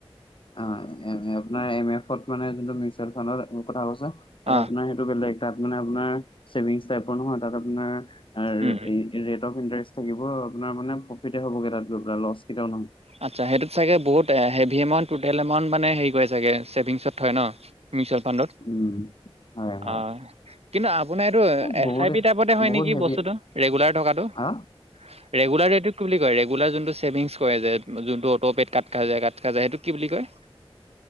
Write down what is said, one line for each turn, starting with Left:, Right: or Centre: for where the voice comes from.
Left: অ' আপোনাৰ এম এফত মানে যোনটো মিউচুৱেল ফাণ্ডৰ কথা কৈছে তাত
Right: অ
Left: আপোনাৰ সেইটো বেলেগ মানে চেভিঙচ টাইপৰ নহয় তাত আপোনাৰ আৰু
Right: উম
Left: ৰেট অফ ইণ্টাৰেষ্ট থাকিব। আপোনাৰ মানে প্ৰফিটে হ'বগে তাত গৈ পেলাই লছ কেতিয়াও নহয়।
Right: আচ্ছা সেইটোত চাগে বহুত হেভি এমাউন্ট টটেল এমাউন্ট মানে হেৰি কৰে চাগে চেভিংছত থয় ন। মিউচুৱেল ফাণ্ডত।
Left: উম। হয়
Right: অ'।
Left: হয়
Right: কিন্তু আপোনাৰ এইটো
Left: এই
Right: এছ
Left: বহুতে
Right: আই পি টাইপতে হয়
Left: বহুত
Right: নেকি
Left: হেভি
Right: বস্তুটো ৰেগুলাৰ থকাটো।
Left: হা
Right: ৰেগুলাৰ ৰেটত কি বুলি কয় ৰেগুলাৰ যোনটো ছেভিং কয় যে যোনটো অটো' পেত কাট খাই যায়, কাট খাই যায় সেইটো কি বুলি কয়?